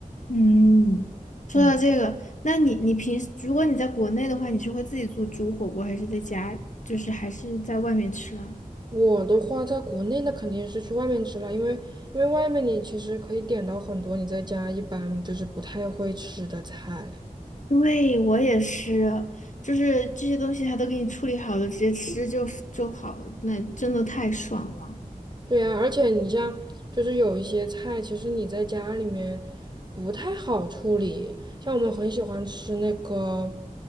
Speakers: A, on the left; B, on the right.
A: 嗯，说到这个，
B: 嗯，
A: 那你你平时如果你在国内的话，你是会自己做煮火锅，还是在家，就是还是在外面吃啊？
B: 我的话在国内那肯定是去外面吃了，因为因为外面你其实可以点到很多你在家一般就是不太会吃的菜。
A: 对，我也是，就是这些东西他都给你处理好了，直接吃就就好了，那真的太爽了。
B: 对呀，而且你像就是有一些菜，其实你在家里面不太好处理。像我们很喜欢吃那个